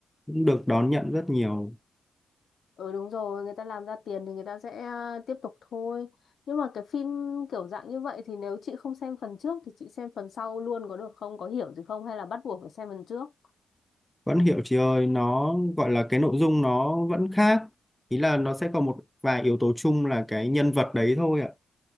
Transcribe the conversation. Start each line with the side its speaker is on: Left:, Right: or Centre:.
Centre: cũng được đón nhận rất nhiều
Left: Ừ đúng rồi, người ta làm ra tiền thì người ta sẽ à, tiếp tục thôi. Nhưng mà cái phim kiểu dạng như vậy thì nếu chị không xem phần trước thì chị xem phần sau luôn có được không? Có hiểu gì không? Hay là bắt buộc phải xem phần trước?
Centre: vẫn hiểu chị ơi nó gọi là cái nội dung nó vẫn khác ý là nó sẽ có một vài yếu tố chung là cái nhân vật đấy thôi ạ